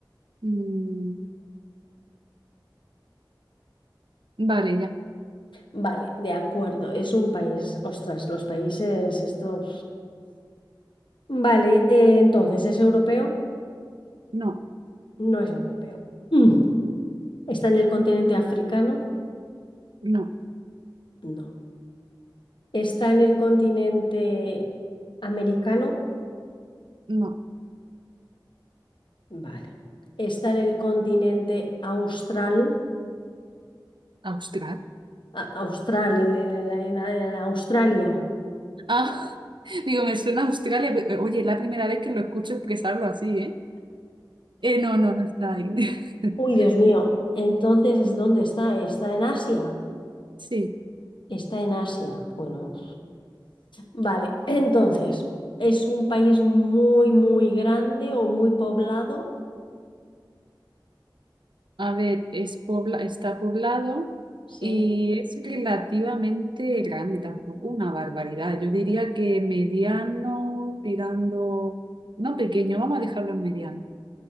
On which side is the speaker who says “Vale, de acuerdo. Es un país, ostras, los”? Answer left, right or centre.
Left